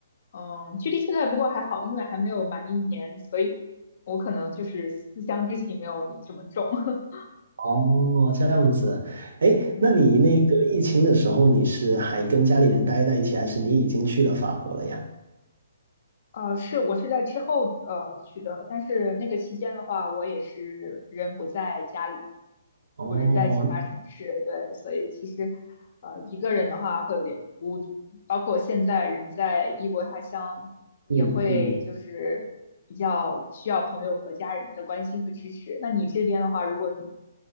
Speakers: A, on the left; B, on the right.
A: 嗯，距离现在不过还好，因为还没有满一年，所以我可能就是思乡之情没有你这么重，<laughs>
B: 哦，这样子。哎，
A: 嗯。
B: 那你那个疫情的时候，你是还跟家里人待在一起，还是你已经去了法国了呀？
A: 呃，是我是在之后呃去的，但是那个期间的话，我也是人不在家里，
B: 哦，
A: 我人在其他城市，对，所以其实呃一个人的话会有点孤独，包括现在人在异国他乡，也会就是比较需要朋友和家人的关心和支持。
B: 嗯嗯。
A: 那你这边的话，如果你，